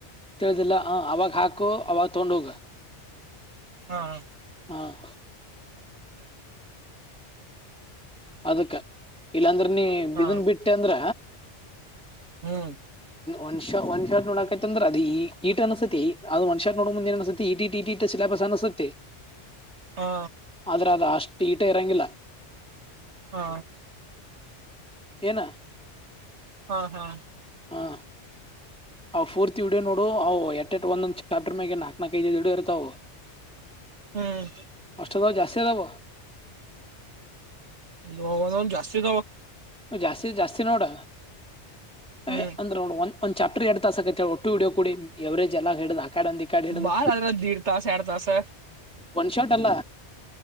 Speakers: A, in the centre; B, on the right.
A: ತಿಳಿದಿಲ್ಲ ಹ ಅವಾಗ ಹಾಕು ಅವಾಗ ತಗೊಂಡ್ ಹೋಗ
B: ಹಾಂ
A: ಹಾ ಅದಕ್ಕ ಇಲ್ಲಾಂದ್ರೆ ನೀ
B: ಹಾ
A: ಬಿದನ್ ಬಿಟ್ಟೆ ಅಂದ್ರ
B: ಹ್ಮ್
A: ಒಂದ್ಷ ಒನ್ ಶಾ ನೋಡಕತ್ತ ಅಂದ್ರ ಅ ಈಟ ಅನ್ಸತಿ ಅ ಒಂದ್ ಶಾ ನೋ ಮುಂದ ಏ ಅನ್ಸತಿ ಇ ಇ ಇಟ ಇ ಸಿಲಾಬಸ್ ಅ ನಸತೆ
B: ಹಾ
A: ಆದ್ರೆ ಅದ ಅಷ್ಟು ಈಟ ಇರಂಗಿಲ್ಲ
B: ಹಾ
A: ಏನ
B: ಹಾ ಹಾ
A: ಹಾಂ ಅವು ಫೋರ್ತ್ ಹಡಿಯೋ ನೋಡು ಅವು ಎಟ್ ಎಟ್ ಒಂದೊಂದ್ ಚಾಪ್ಟರ್ ಮ್ಯಾಗ ನಾಕಕ್ ನಾಕಕ್ ಐದದು ಹಡೋ ಇರುತಾವ ಅವು
B: ಹ್ಮ್
A: ಅಷ್ಟಟ ದಾವ ಜಾಸ್ತಿದಾವ
B: ಇ ಒಂದ ಜಾಸ್ತಿ ಇದದಾವ
A: ಜಾಸ್ತಿ ಜಾಸ್ತಿ ನೋಡ
B: ಹ್ಮ್
A: ಏ ಅಂದ್ರೆ ನೋಡ ಒ ಒಂದ ಚಾಪ್ಟರ್ ಎರ ತಾಸಕತ್ತ ಹೇಳ ಒಟ್ಟುಡೋ ಕೂಡಿ ಎವರೇಜ ಎಲ್ಲಾ ಹೇಳಿದ ಕಾಡ ಒಂದ ಕಾಡ್ ಹಿಡ್ದ
B: ಬಾಳ ಅದ್ರ ದೀಡ್ ತಾಸ ಎರಡ್ ತಾಸ
A: ಒನ್ ಶಾಟ್ ಅಲ್ಲ